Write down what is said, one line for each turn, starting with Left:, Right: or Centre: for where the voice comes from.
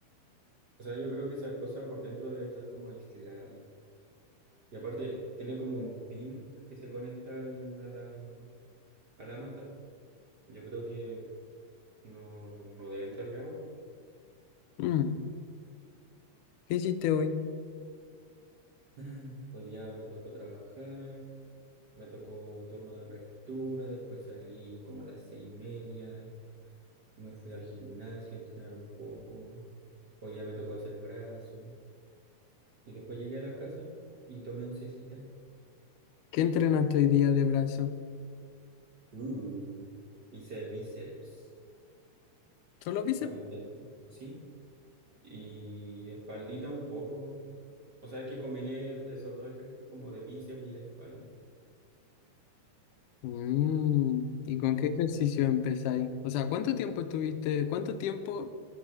Right: O sea, yo creo que esa cosa por dentro debe estar como aislada. Y aparte, tiene como un pin que se conecta al- a la, a la manta. Yo creo que no, no debe entrarle agua.
Left: Mm, ¿Qué hiciste hoy?
Right: <laughs> Hoy día me tocó trabajar, me tocó turno de apertura, después salí como a las seis y media, me fui al gimnasio a entrenar un poco, hoy día me tocó hacer brazo, y después llegué a la casa y tomé oncecita.
Left: ¿Qué entrenaste hoy día de brazo?
Right: Uh, hice bíceps
Left: Solo vi
Right: para tener, ¿sí? Y espaldita un poco. O sea, es que combiné esos dos ejercicios como de bíceps y de espalda.
Left: Mm, ¿y con qué ejercicio empezáis? O sea, ¿cuánto tiempo estuviste, cuánto tiempo